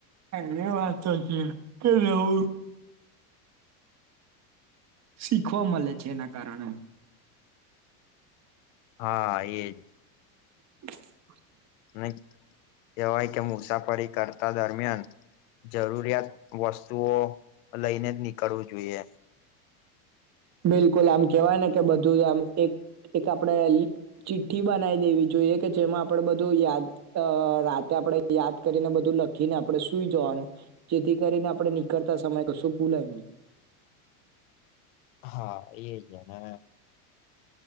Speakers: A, on the right (about 35°); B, on the left (about 65°).
A: ની વાત છે કે, લેવું. શીખવા મળે છે, એના કારણે.
B: હા, એજ.
A: <inaudible>
B: અને કવાય કે મુસાફરી કરતા દરમિયાન. જરૂરિયાત વસ્તુઓ લઈને જ નીકળવું જોઈએ.
A: બિલકુલ આમ કેવાય ને કે બધું જ આમ એક એક આપડે? ચિઠ્ઠી બનાવી દેવી જોઈએ કે જેમાં આપણેે બધું યાદ અ રાતે આપણેે યાદ કરીને બધું લખીને આપડણે સુઈ જવાનું. જેથી કરીને આપડે નીકળતા સમય કશું ભૂલાય નહી.
B: હા એજ ને?